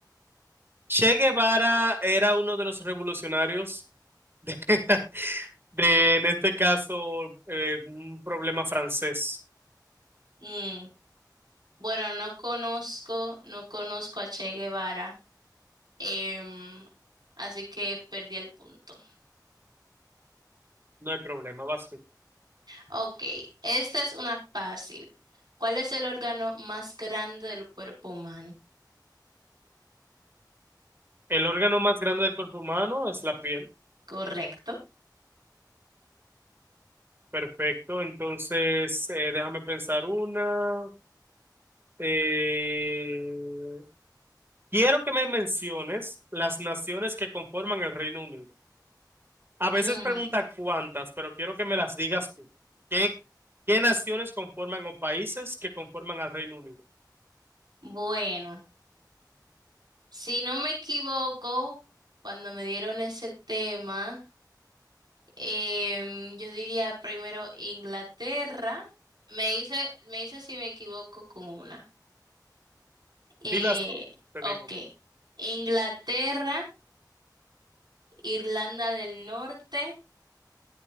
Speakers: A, on the right; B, on the right.
A: Che Guevara era uno de los revolucionarios de, <laughs> de, en este caso, eh, un problema francés.
B: Mm, bueno, no conozco, no conozco a Che Guevara, em, así que perdí el punto.
A: No hay problema, vas tú.
B: Ok, esta es una fácil. ¿Cuál es el órgano más grande del cuerpo humano?
A: El órgano más grande del cuerpo humano es la piel.
B: Correcto.
A: Perfecto. Entonces, eh, déjame pensar una. Eh, quiero que me menciones las naciones que conforman el Reino Unido. A veces
B: Mm,
A: pregunta cuántas, pero quiero que me las digas tú. ¿Qué, qué naciones conforman o países que conforman al Reino Unido?
B: bueno. Si no me equivoco, cuando me dieron ese tema, em, yo diría primero Inglaterra. Me dice, me dice si me equivoco con una. Eh,
A: Dilas tú, te
B: ok.
A: digo.
B: Inglaterra, Irlanda del Norte,